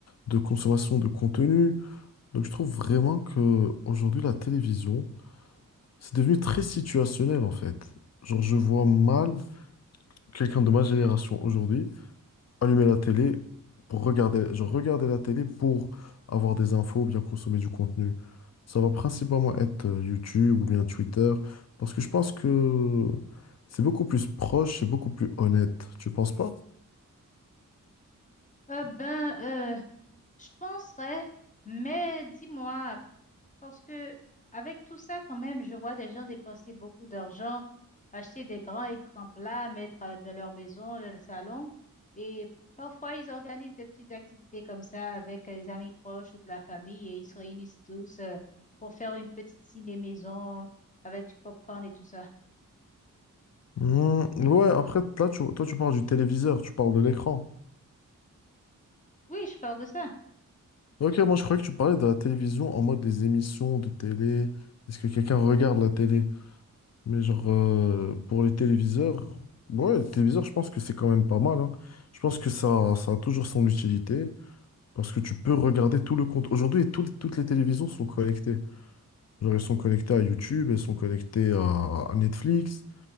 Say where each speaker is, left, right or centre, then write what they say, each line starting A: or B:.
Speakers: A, on the left; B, on the left.
A: de consommation de contenu. Donc je trouve vraiment que aujourd'hui la télévision, c'est devenu très situationnel en fait. Genre je vois mal quelqu'un de ma génération aujourd'hui allumer la télé pour regarder, genre regarder la télé pour avoir des infos ou bien consommer du contenu. Ça va principalement être euh, YouTube ou bien Twitter, parce que je pense que c'est beaucoup plus proche, c'est beaucoup plus honnête. Tu penses pas?
B: Euh, ben, euh, je penserais, mais dis-moi. Parce que avec tout ça, quand même, je vois des gens dépenser beaucoup d'argent, acheter des grands et grands plats, mettre euh, dans leur maison, dans le salon. Et parfois, ils organisent des petites activités comme ça avec euh, les amis proches ou de la famille et ils se réunissent tous euh, pour faire une petite ciné maison avec du popcorn et tout ça.
A: Hmm, ouais, après, là, tu- toi, tu parles du téléviseur, tu parles de l'écran.
B: Oui, je parle de ça.
A: Ok, moi, je croyais que tu parlais de la télévision en mode des émissions de télé. Est-ce que quelqu'un regarde la télé? Mais genre, euh, pour les téléviseurs, ouais, les téléviseurs, je pense que c'est quand même pas mal, hein. Je pense que ça, ça a toujours son utilité parce que tu peux regarder tout le compte. Aujourd'hui, tout- toutes les télévisions sont connectées. Genre, elles sont connectées à YouTube, elles sont connectées à, à Netflix.